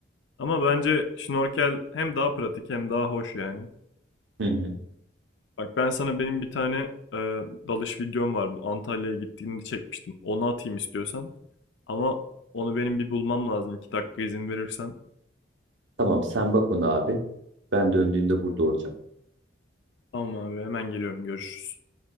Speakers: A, on the left; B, on the right.
A: Ama bence şnorkel hem daha pratik hem daha hoş yani.
B: Hı hı.
A: Bak ben sana benim bir tane e, dalış videom var. Bu Antalya'ya gittiğimde çekmiştim. Onu atayım istiyorsan. Ama onu benim bir bulmam lazım. İki dakika izin verirsen.
B: Tamam sen bak onu abi. Ben döndüğümde burada olacağım.
A: Tamam abi hemen geliyorum. Görüşürüz.